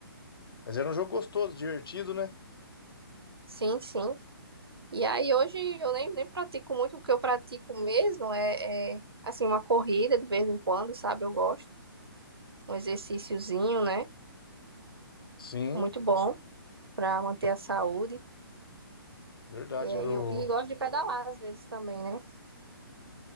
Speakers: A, on the left; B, on the right.
A: Mas era um jogo gostoso, divertido, né?
B: Sim, sim. E aí hoje eu nem, nem pratico muito, o que eu pratico mesmo é, é, assim, uma corrida de vez em quando, sabe? Eu gosto. Um exercíciozinho, né?
A: Sim,
B: Muito bom para manter a saúde.
A: verdade.
B: E aí
A: Eu...
B: eu e gosto de pedalar às vezes também, né?